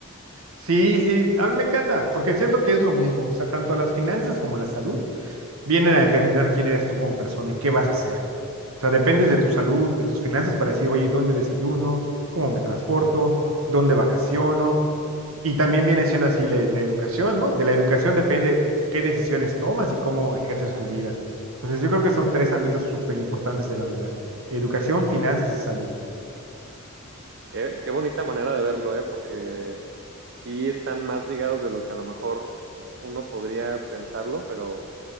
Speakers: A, on the right (about 70°); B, on the right (about 55°).
A: Sí, sí, a mí me encanta, porque siento que es lo mismo, o sea, tanto las finanzas como la salud vienen a determinar quién eres tú como persona y qué vas a hacer. O sea, dependes de tu salud, de tus finanzas para decir, oye, ¿dónde desayuno? ¿Cómo me transporto? ¿Dónde vacaciono? Y también viene siendo así la, la educación, ¿no? De la educación depende qué decisiones tomas y cómo ejerces
B: Claro.
A: tu vida. Entonces, yo creo que son tres ámbitos súper importantes de la vida. Educación, finanzas y salud.
B: Qué, qué bonita manera de verlo, ¿eh? Porque sí están más ligados de lo que a lo mejor uno podría pensarlo, pero,